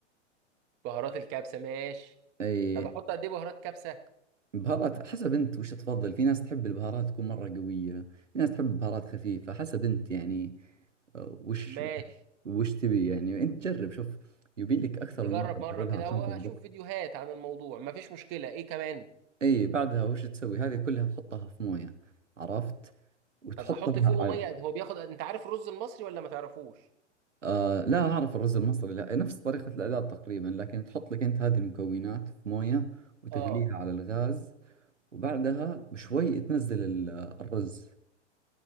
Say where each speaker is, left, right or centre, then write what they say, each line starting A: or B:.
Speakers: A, on the right (about 30°); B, on the right (about 85°).
A: بهارات الكبسه ماشي
B: اي
A: طب احط قد ايه بهارات كبسه
B: بهارات حسب انت وش تفضل في ناس تحب البهارات تكون مرة قوية في ناس تحب بهارات خفيفة حسب انت يعني آه، وش
A: ماشي
B: وش تبي يعني انت جرب شوف يبي لك اكثر
A: نجرب
B: من مرة تجربها
A: مره كده
B: عشان
A: او
B: تضبط
A: اشوف فيديوهات عن الموضوع مفيش مشكله ايه كمان
B: اي بعدها وش تسوي هذه كلها تحطها في مويه عرفت وتحطها
A: طب احط فوقه
B: <laughs> على
A: ميه هو بياخد انت عارف الرز المصري ولا ما تعرفوش
B: آه لا اعرف الرز المصري لا نفس طريقة الاعداد تقريبا لكن تحط لك انت هذه المكونات في مويه وتغليها
A: اه
B: على الغاز وبعدها بشوي تنزل ال- الرز